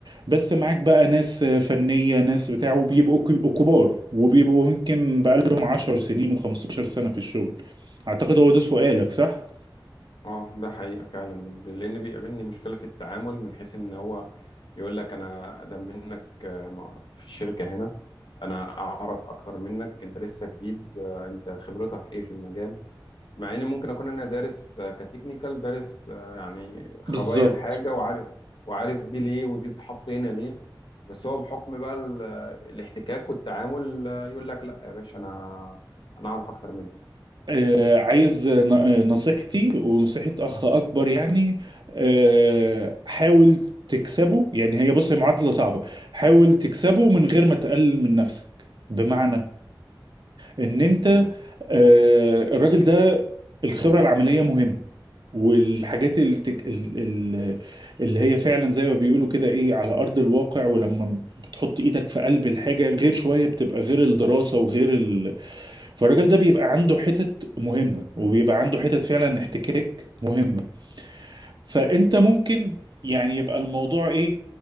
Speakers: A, on the right (about 65°); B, on the left (about 75°).
A: بس معاك بقى ناس فنية ناس بتاع وبيبقوا ك- كبار وبيبقوا يمكن بقالهم عشر سنين و15 سنة في الشغل أعتقد هو ده سؤالك صح؟
B: اه ده حقيقة فعلا لأن بيقابلني مشكلة في التعامل من حيث إن هو يقول لك أنا أقدم منك آه، مع- في الشركة هنا أنا أعرف أكتر منك أنت لسه جديد آه، أنت خبرتك إيه في المجال مع إن ممكن أكون أنا دارس آه، كتكنيكال دارس آه، يعني خبايا
A: بالظبط
B: الحاجة وعارف وعارف دي ليه ودي بتحط هنا ليه بس هو بحكم بقى ال- آه، الاحتكاك والتعامل آه، يقول لك لا يا باشا أنا أنا أعرف أكتر منك
A: آه عايز ن- آه، نصيحتي ونصيحة أخ أكبر يعني آه حاول تكسبه يعني هي بص هي معادلة صعبة حاول تكسبه من غير ما تقلل من نفسك بمعنى ان انت
B: تمام
A: آه، الراجل ده الخبره العمليه مهمه والحاجات التك... ال... ال... اللي هي فعلا زي ما بيقولوا كده ايه على ارض الواقع ولما بتحط ايدك في قلب الحاجه غير شويه بتبقى غير الدراسه وغير ال... فالراجل ده بيبقى عنده حتت مهمه وبيبقى عنده حتت فعلا احتكاك مهمه فانت ممكن يعني يبقى الموضوع ايه